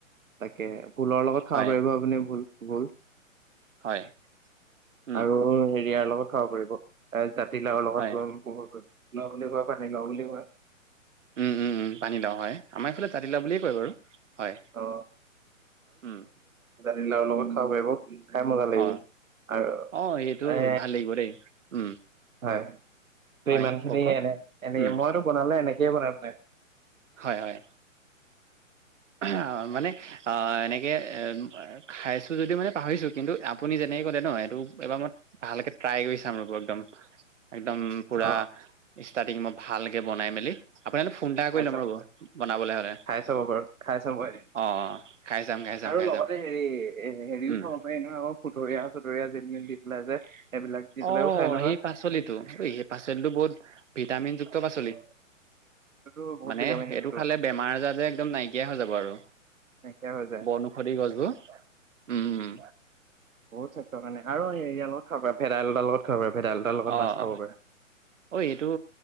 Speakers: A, on the right (about 80°); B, on the right (about 60°).
A: তাকে ভোলৰ লগত খাব
B: হয়
A: পাৰিব আপুনি। 'ভোল' 'ভোল '
B: হয় উম
A: আৰু হেৰিয়াৰ লগত খাব পাৰিব জাতি লাউৰ লগত,
B: হয়
A: জাতি লাউ লগত জাতি লাউ বুলি কয় পানী লাউ বুলি কয়।
B: উম উম উম পানী লাউ হয়। আমাৰ এইফালে জাতি লাউ বুলিয়ে কয় বাৰু। হয়,
A: অ
B: উম।
A: জাতি লাউৰ লগত খাব পাৰিব, খাই মজা লাগিব।
B: অ
A: আৰু
B: অ সেইটো
A: এ
B: ভাল লাগিব দেই উম
A: হয় ত
B: হয়
A: ইমান খিনি
B: কওক কওক
A: এনে এনে
B: উম
A: মইটো বনালে এনেকেই বনাই বনাই
B: হয় হয়। অ মানে অ এনেকে এ খাইছো যদিও মানে পাহৰিছো কিন্তু আপুনি যেনে কে কলে ন, এইটো এবাৰ মই ভালকে ট্ৰাই কৰি চাম ৰ'ব একদম। একদম পুৰা
A: অ
B: ষ্টাৰ্টিং মই ভালকে বনাই মেলি। আপোনালে ফোন এটা
A: খাই
B: কৰি ল'ম
A: চাব
B: ৰ'ব বনাবলৈ হ'লে।
A: খাই চাব বাৰু খাই চাব এদিন।
B: অ খাই চাম খাই চাম
A: আৰু
B: খাই
A: লগতে
B: চাম
A: হেৰি এ হেৰিও
B: উম
A: খাব পাৰি নহয় আকৌ খুতুৰা চুতুৰা, জিল মিল দি। পেলাই যে এইবিলাক দি পেলাইও
B: অ
A: খাই নহয়
B: সেই পাচলিটো, সেই পাচলিটো বহুত ভিটামিন। যুক্ত পাচলি,
A: এইটো বহুত
B: মানে
A: ভিটামিনযুক্ত
B: এইটো খালে বেমাৰ আজাৰ যে একদম নাইকিয়া হৈ যাব। আৰু
A: নাইকিয়া হৈ যায়
B: বনৌষধি গছবোৰ।
A: তাকে
B: উম।
A: বহুত স্বাস্থ্য কাৰণে আৰু হাৰিয়া লগত খাব পাৰি ভেদাইলতাৰ লগত খাব পাৰে। ভেদাইলতাৰ লগত
B: অঁ
A: মাছ খাব পাৰে।
B: অ এইটো